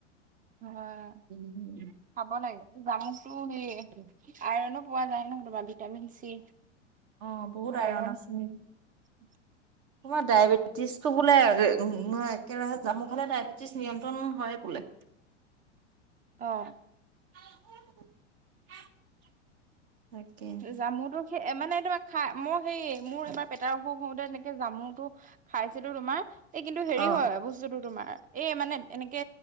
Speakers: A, on the right (about 20°); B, on the right (about 50°).
A: হয়।
B: উম।
A: খাব লাগি, জামুকতো সেই আইৰণো পোৱা যায় ন তোমাৰ ভিটামিন চি।
B: অঁ বহুত
A: আইৰণ
B: আইৰন আছে নিকি?
A: <unintelligible>
B: তোমাৰ ডায়বেটিছ টো বোলে নহয় একে ৰাহে জামু খালে ডায়বে টিছ নিয়ন্ত্ৰণ হয় বোলে।
A: অঁ।
B: <inaudible> তাকে।
A: জামু তো সেই মানে তোমাৰ খাই, মই হে মোৰ এইবাৰ পেটাৰ অশোক হওতে তেনে কে জামুতটো খাইছিলো তোমাৰ, এই কিন্তু হেৰি
B: অ',
A: হয় বস্তুটো তোমাৰ এ মানে এনেকে